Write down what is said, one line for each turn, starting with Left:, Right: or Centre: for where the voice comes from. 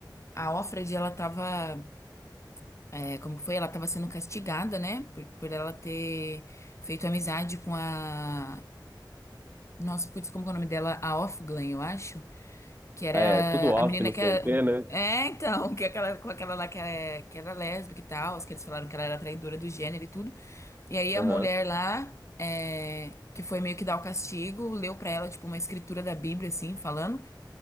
Left: a Offred, ela tava, é, como foi? Ela tava sendo castigada, né? Por, por ela ter feito amizade com a... Nossa, putz, como que é o nome dela? A Offglen, eu acho. Que era
Right: é tudo off,
Left: a menina
Right: não
Left: que
Right: sei
Left: é.
Right: o quê, né?
Left: É, então, <laughs> que é aquela, com aquela lá que, é, que era lésbica e tal, as que eles falaram que ela era traidora do gênero e tudo. E aí
Right: Aham.
Left: a mulher lá, é, que foi meio que dar o castigo, leu pra ela, tipo, uma escritura da Bíblia, assim, falando.